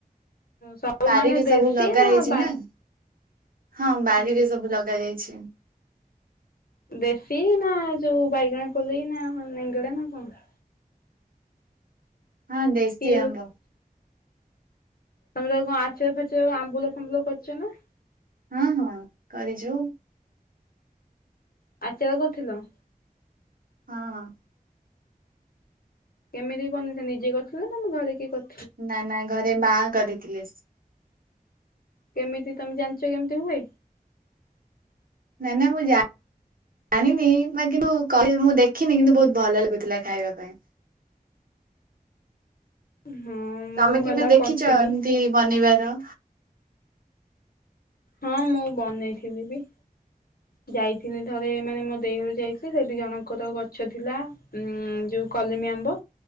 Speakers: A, on the left; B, on the right.
A: ସବୁ
B: ବାରିରେ
A: ମାନେ ଦେଶୀ
B: ସବୁ ଲଗା
A: ନା
B: ହେଇଚି
A: ବା
B: ନାଁ। ହଁ ବାରିରେ
A: ହୁଁ
B: ସବୁ ଲଗା ଯାଇଛି।
A: ଦେଶୀ ନାଁ ଯୋଉ ବାଇଗଣ ପଲେଇ ନାଁ ନେଙ୍ଗଡ଼ା ନାଁ କଣ?
B: ହଁ ଦେଶୀ
A: କି
B: ଆମ୍ବ।
A: ତମର କଁ ଆଚା ଫାଚା ଆମ୍ବୁଲ ଫାମ୍ବୁଲ କରିଚ ନାଁ?
B: ହଁ ହଁ କରିଚୁ।
A: ଆଚାର କରଥିଲ?
B: ହଁ।
A: କେମିତି ବନେଇଥ ନିଜେ କରଥିଲ ନାଁ ଘରେ କିଏ କ
B: ନାଁ ନାଁ ଘରେ ମା କରିଥିଲେ।
A: କେମିତି ତମେ ଜାଣଚ କେମିତି ହୁଏ?
B: ନଁ ନାଁ ମୁଁ ଜା ଆଣିନି ବା କିନ୍ତୁ କହିବି ମୁଁ ଦେଖିନି କିନ୍ତୁ ବୋହୁତ ଭଲ ଲାଗୁଥୁଲା ଖାଇବା ପାଇଁ।
A: ହଁ ମୁଁ
B: ତମେ
A: ହେଲା
B: କେବେ ଦେଖିଚ
A: କରିଥିଲି
B: ଏମିତି ବନେଇବାର?
A: ହଁ ମୁଁ ବନେଇଥିଲି ବି। ଯାଇଥିଲି ଥରେ ମାନେ ମୋ ଦେଇ ହରୁ ଯାଇଥିଲି ସେଠି ଜଣଙ୍କର ଗଛ ଥିଲା ଉଁ ଯୋଉ କଲିମି ଆମ୍ବ